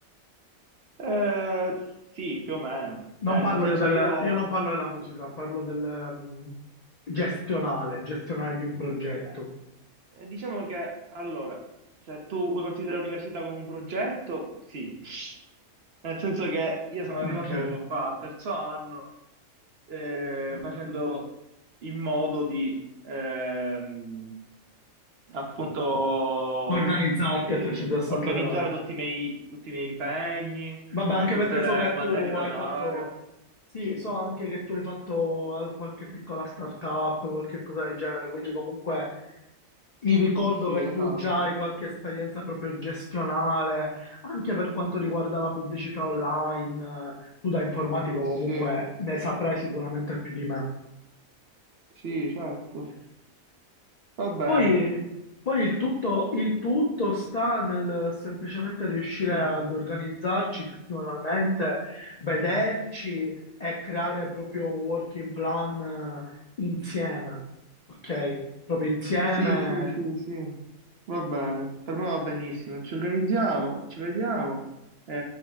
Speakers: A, on the right; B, on the left.
A: Eh, sì, più o meno.
B: Non
A: Cioè,
B: parlo
A: nel senso
B: io del,
A: io
B: io non parlo della musica, parlo del, mm, gestionale, gestionale di un progetto.
A: eh, Eh, Diciamo che allora, se tu vuoi considerare l'università come un progetto,
B: Mhm,
A: sì. Nel senso che io sono
B: Ok.
A: arrivato qua a terzo anno eh,
B: mhm.
A: facendo in modo di ehm, appunto
B: Organizzarti
A: eh,
B: a 360
A: organizzare
B: gradi.
A: tutti i miei, tutti i miei impegni
B: Vabbè, anche
A: e tutte
B: perché
A: le
B: so che tu
A: materie da
B: hai
A: dare.
B: fatto, sì, so anche che tu hai fatto al- qualche piccola startup, qualche cosa del genere, quindi comunque il ricordo
A: Sì,
B: che
A: esatto.
B: tu già hai qualche esperienza proprio gestionale, anche per quanto riguarda la pubblicità online, eh, tu da informatico
A: Sì,
B: comunque ne saprai sicuramente più di me.
A: sì, certo. Va bene.
B: Poi, poi il tutto, il tutto sta nel semplicemente riuscire
A: Mm.
B: ad organizzarci settimanalmente, vederci e creare proprio un working plan eh, insieme, ok? Proprio insieme.
A: Sì, sì, sì, sì, va bene, per me va benissimo, ci organizziamo, ci vediamo e